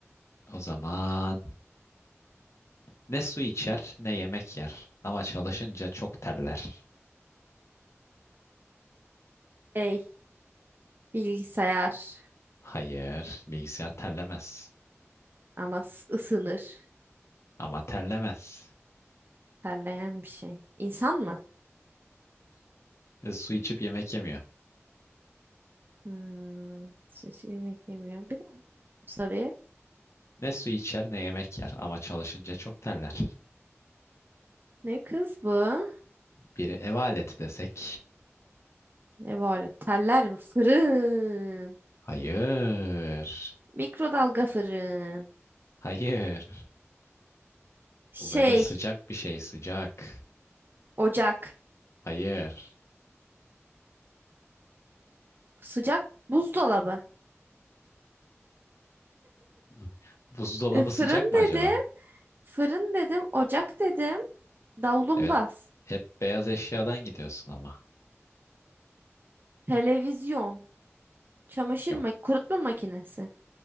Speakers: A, on the left; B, on the right.
A: o zaman ne su içer, ne yemek yer. Ama çalışınca çok terler.
B: Şey, bilgisayar
A: Hayır, bilgisayar terlemez.
B: ama s- ısınır.
A: Ama terlemez.
B: Terleyen bir şey. İnsan mı?
A: E, su içip yemek yemiyor.
B: Hmm, su içi yemek yemiyor. Bir daha soruyu.
A: Ne su içer ne yemek yer ama çalışınca çok terler.
B: Ne kız bu?
A: Biri ev aleti desek.
B: Ne var? Teller mi? Fırın.
A: Hayır.
B: Mikrodalga fırın.
A: Hayır.
B: Şey,
A: Bu böyle sıcak bir şey, sıcak.
B: ocak.
A: Hayır.
B: Sıcak buzdolabı.
A: Bu- Buzdolabı
B: E, fırın
A: sıcak mı
B: dedim.
A: acaba?
B: Fırın dedim. Ocak dedim. Davlumbaz.
A: Evet. Hep beyaz eşyadan gidiyorsun ama.
B: Televizyon. Çamaşır
A: Yok.
B: mak kurutma makinesi.